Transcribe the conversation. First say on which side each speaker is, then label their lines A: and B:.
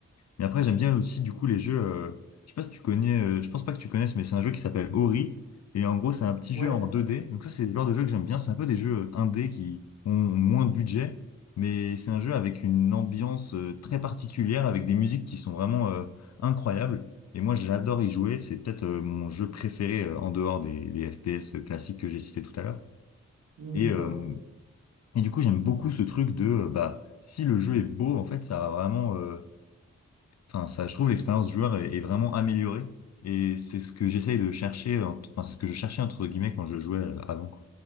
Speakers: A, on the left; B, on the right.
A: Mais après, j'aime bien aussi, du coup, les jeux. euh, je sais pas si tu connais, euh, je pense pas que tu connaisses, mais c'est un jeu qui s'appelle Ori. Et en gros, c'est un petit
B: ouais,
A: jeu en 2D. Donc, ça, c'est le genre de jeu que j'aime bien. C'est un peu des jeux 1D qui ont moins de budget. Mais c'est un jeu avec une ambiance euh, très particulière, avec des musiques qui sont vraiment euh, incroyables. Et moi, j'adore y jouer. C'est peut-être euh, mon jeu préféré euh, en dehors des, des FPS classiques que j'ai cités tout à l'heure.
B: Mm,
A: Et,
B: je vois.
A: euh, et du coup, j'aime beaucoup ce truc de, euh, bah, si le jeu est beau, en fait, ça va vraiment. euh, Enfin, ça, je trouve l'expérience joueur est, est vraiment améliorée et c'est ce que j'essaye de chercher, en- enfin, c'est ce que je cherchais entre guillemets quand je jouais euh, avant, quoi.